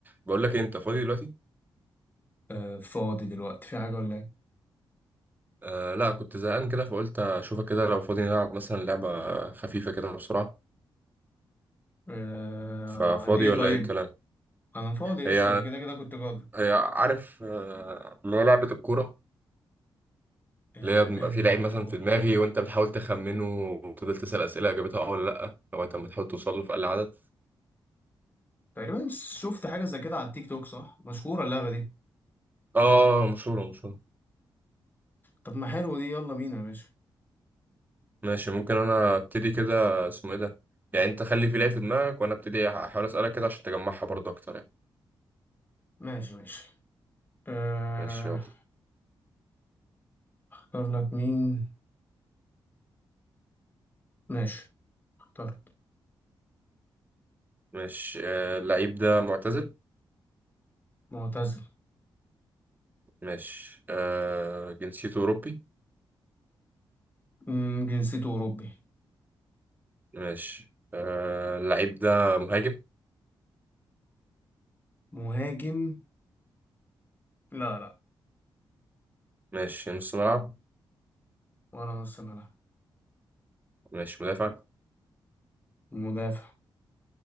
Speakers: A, on the right; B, on the left.
A: بقول لك إيه، انت فاضي دلوقتي
B: آه، فاضي دلوقتي في حاجة ولا ايه؟
A: آه لا كنت زهقان كده فقلت اشوفك كده لو فاضي نلعب مثلا لعبة خفيفة كده بسرعة
B: آه،
A: ففاضي
B: عن ايه
A: ولا
B: طيب؟
A: ايه الكلام
B: انا فاضي
A: هي
B: قشطة انا كده كده كنت جاضي
A: هي عارف آه، اللي هي لعبة الكورة
B: آه،
A: اللي هي بيبقى
B: انا
A: فيه
B: لعبة
A: لعيب مثلا
B: كورة
A: في دماغي وانت بتحاول تخمنه وتفضل تسأل أسئلة اجابتها اه ولا لا لغاية اما تحاول توصل له في اقل عدد
B: تقريبا شفت حاجة زي كده على التيك توك صح؟ مشهورة اللعبة دي
A: اه مشهورة مشهورة
B: طب ما حلو دي يلا بينا يا باشا
A: ماشي ممكن انا ابتدي كده اسمه ايه ده يعني انت خلي في لعيب في دماغك وانا ابتدي احاول اسألك كده عشان تجمعها برضه اكتر يعني
B: ماشي ماشي آه،
A: ماشي يلا
B: اختار لك مين؟ ماشي اخترت
A: ماشي آه، اللعيب ده معتزل
B: معتزل
A: ماشي آه جنسيته أوروبي
B: مم، جنسيته أوروبي
A: ماشي آه اللعيب ده مهاجم
B: مهاجم لا لا
A: ماشي نص ملعب
B: ولا نص ملعب
A: ماشي مدافع
B: مدافع